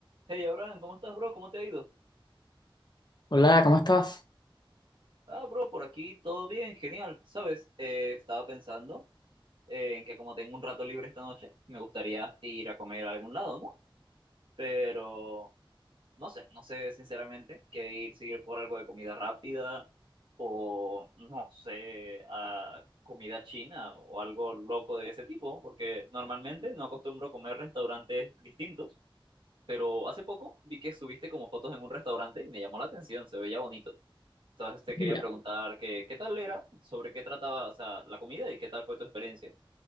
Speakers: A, on the right; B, on the left.
A: Hey Abraham, ¿cómo estás, bro? ¿Cómo te ha ido?
B: Hola, ¿cómo estás?
A: Ah, bro, por aquí todo bien, genial. Sabes, Eh, estaba pensando eh, en que como tengo un rato libre esta noche, me gustaría ir a comer a algún lado, ¿no? Pero no sé, no sé sinceramente qué ir, seguir por algo de comida rápida o no sé, a comida china o algo loco de ese tipo, porque normalmente no acostumbro comer restaurantes distintos, pero hace poco vi que subiste como fotos en un restaurante y me llamó la atención, se veía bonito. Entonces te
B: Mira,
A: quería preguntar que, qué tal era, sobre qué trataba, o sea, la comida y qué tal fue tu experiencia.